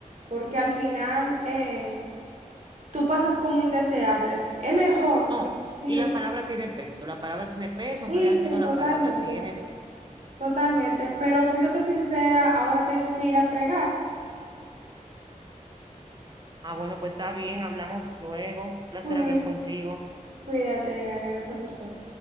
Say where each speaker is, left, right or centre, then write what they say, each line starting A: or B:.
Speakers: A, on the right (about 60°); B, on the right (about 35°).
A: porque al final eh, tú pasas como indeseable. Es mejor
B: No,
A: mentir.
B: y la palabra tiene peso, la palabra tiene peso, aunque
A: Sí,
B: digan
A: sí,
B: que no, la
A: totalmente,
B: palabra tiene peso.
A: totalmente, pero siéndote sincera, ahora tengo que ir a fregar.
B: Ah, bueno, pues está bien, hablamos luego. Un placer
A: Cuí-
B: hablar contigo.
A: Cuídate, Ana, gracias por todo.